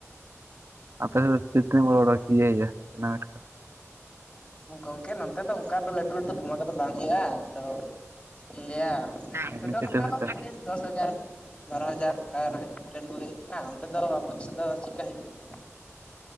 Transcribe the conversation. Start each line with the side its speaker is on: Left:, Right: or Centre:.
Right: ᱟᱯᱮ ᱚᱱᱛᱮ ᱛᱤᱱᱟᱹᱜ ᱵᱚᱲ-ᱵᱚᱲ ᱤᱭᱟᱹ ᱦᱩᱭᱩᱜ ᱴᱩᱨᱱᱟᱢᱮᱱᱴ ᱾
Left: ᱜᱚᱢᱠᱮ ᱱᱚᱛᱮ ᱫᱚ ᱚᱱᱠᱟ ᱫᱚ ᱞᱟᱹᱴᱩ ᱞᱟᱹᱴᱩ ᱫᱷᱚᱢᱟᱠᱟ ᱫᱚ ᱵᱟᱝ ᱦᱩᱭᱩᱜᱼᱟ, ᱛᱚ ᱪᱮᱫ ᱤᱧ ᱞᱟᱹᱭᱟ
Right: ᱮᱢᱱᱤ
Left: ᱪᱷᱚᱴ-ᱠᱷᱟᱴ
Right: ᱪᱷᱳᱴᱳ
Left: ᱥᱮ
Right: ᱠᱷᱟᱴᱳ
Left: ᱨᱚᱠᱚᱢ ᱫᱚᱥ ᱦᱟᱡᱟᱨ ᱵᱟᱨᱳ ᱦᱟᱡᱟᱨ ᱚᱱᱠᱟᱱᱟᱜ <unintelligible> ᱠᱚᱜᱮ ᱦᱩᱭᱩᱜᱮᱡ ᱛᱟᱦᱮᱱᱟ, ᱚᱱᱛᱮ ᱫᱚ ᱟᱯᱮᱥᱮᱫ ᱫᱚ ᱪᱤᱠᱟ ᱦᱩᱭᱩᱜ ᱛᱟᱦᱮᱱᱟ?